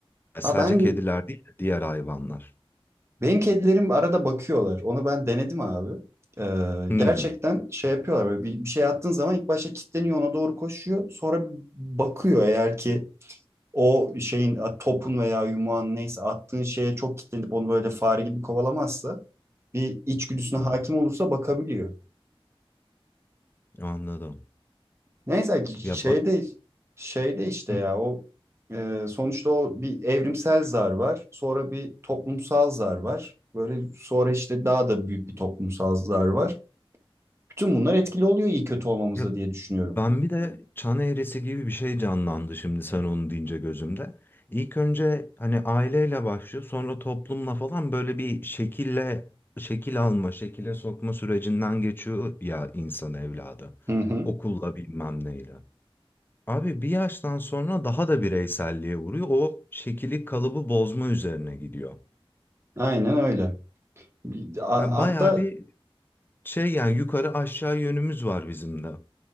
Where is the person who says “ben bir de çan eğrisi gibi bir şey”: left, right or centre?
Left